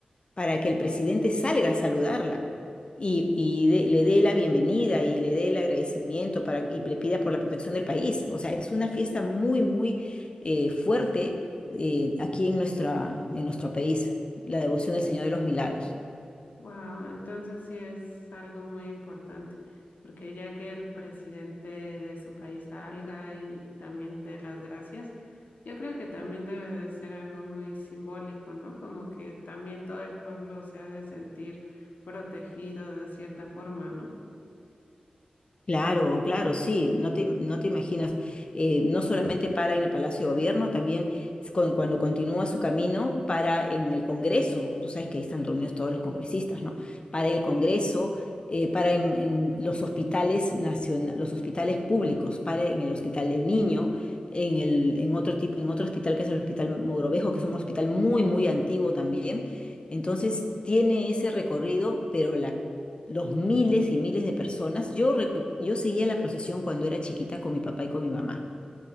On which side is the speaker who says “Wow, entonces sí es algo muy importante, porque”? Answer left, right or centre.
Left